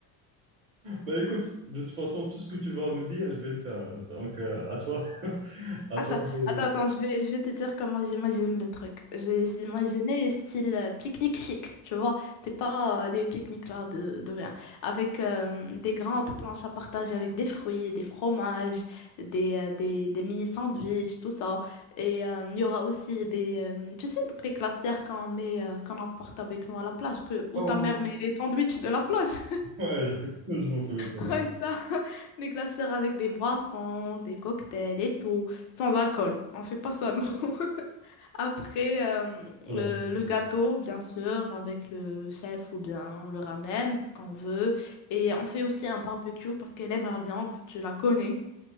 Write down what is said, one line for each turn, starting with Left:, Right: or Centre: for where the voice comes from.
Right: Bah écoute, de toute façon, tout ce que tu vas me dire, je vais le faire. Donc, euh, à toi, <laughs> à
Left: Attends,
Right: toi de-
Left: attends, attends, je vais, je vais te dire comment j'imagine le truc. J'ai j'ai imaginé style euh, pique-nique chic, tu vois. C'est pas euh, les pique-niques là de, de rien. Avec euh, des grandes planches à partager avec des fruits, des fromages, des, euh, des, des mini sandwichs, tout ça. Et euh, il y aura aussi des, euh, tu sais, donc les glacières qu'on met, euh, qu'on emporte avec nous à la plage, que, où
Right: Ouais,
Left: ta
Right: ouais,
Left: mère
Right: ouais.
Left: met les sandwichs de la plage.
Right: Ouais, je, <laughs> je m'en souviens très
Left: Ouais,
Right: bien.
Left: ça. <laughs> Des glaceurs avec des boissons, des cocktails et tout, sans alcool. On fait pas ça, nous. <laughs> Après, euh, le,
Right: Ouais,
Left: le gâteau, bien sûr, avec le chef ou bien on le ramène, ce qu'on veut. Et on fait aussi un barbecue parce qu'elle aime la viande, tu la connais.